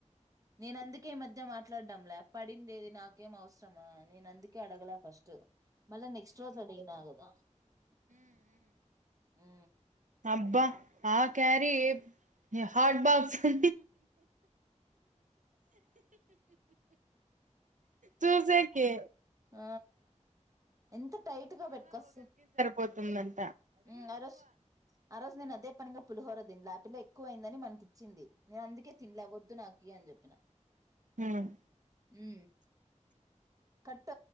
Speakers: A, on the right (about 25°); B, on the right (about 85°).
A: నేను అందుకు ఈ మధ్య మాట్లాడడంలా పడిందేది నాకేం అవసరమా నేను అందుకే అడగల ఫస్ట్ మళ్ళ నెక్స్ట్ రోజు అడిగిన గదా ఉ
B: అబ్బా ఆ క్యారీ హార్ట్ బాక్స్ అ చూసకి
A: ఆ ఎంత టైట్ గా పెట్టుకొస్స
B: పోతుందని
A: ఇంగారొజ్ ఆ రోజు నేనదే పనింగ పులిహోర దిన్లా ఆ పల్ల ఎక్కువయిందని మనకి ఇచ్చింది నేన్ అందుకే తిన్లా వద్దు నాకి అని చెప్పి తిన్నా
B: హుమ్
A: ఉ కట్